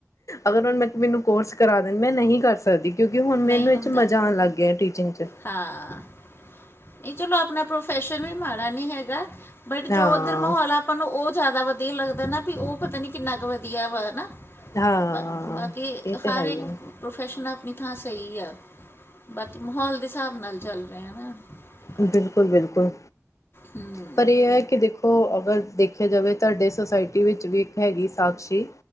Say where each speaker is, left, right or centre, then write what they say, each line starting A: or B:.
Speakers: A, on the left (about 90°); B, on the left (about 50°).
A: ਅਗਰ ਹੁਣ ਮੈਂ ਮੈਨੂੰ ਕੋਰਸ ਕਰਾ ਦੇਣ, ਮੈਂ ਨਹੀਂ ਕਰ ਸਕਦੀ, ਕਿਉਂਕਿ ਹੁਣ
B: ਨਹੀਂ
A: ਮੈਨੂੰ ਏਹ
B: ਹੁੰਦਾ
A: 'ਚ ਮਜ਼ਾ ਆਉਣ ਲੱਗ ਗਿਆ ਟੀਚਿੰਗ 'ਚ
B: ਹਾਂ। ਨਹੀਂ, ਚਲੋ ਆਪਣਾ ਪ੍ਰੋਫੈਸ਼ਨ ਵੀ ਮਾੜਾ ਨਹੀਂ ਹੈਗਾ, ਬਟ
A: ਹਾਂ
B: ਜੋ ਉੱਧਰ ਮਾਹੌਲ ਆਪਾਂ ਨੂੰ ਉਹ ਜਾਦਾ ਵਧੀਆ ਲੱਗਦਾ ਨਾ, ਵੀ ਉਹ ਪਤਾ ਨੀ ਕਿੰਨਾ ਕੁ ਵਧੀਆ ਵੋ ਐ ਨਾ
A: ਹਾਂ
B: ਬਾ, ਬਾਕੀ
A: ਇਹ ਤਾਂ
B: ਹਰ
A: ਹੈ ਹੀ
B: ਇੱਕ
A: ਆ
B: ਪ੍ਰੋਫੈਸ਼ਨ ਆਪਣੀ ਥਾਂ ਸਈ ਆ ਬਾਕੀ ਮਾਹੌਲ ਦੇ ਹਿਸਾਬ ਨਾਲ ਚੱਲ ਰਿਹਾ ਨਾ। ਕੰਮ।
A: ਬਿਲਕੁਲ -ਬਿਲਕੁਲ,
B: ਹੂੰ
A: ਪਰ ਏਹ ਐ ਕਿ ਦੇਖੋ ਅਗਰ ਦੇਖਿਆ ਜਾਵੇ ਤੁਆਡੇ ਸੋਸਾਇਟੀ ਵਿੱਚ ਵੀ ਇੱਕ ਹੈਗੀ, ਸਾਕਸ਼ੀ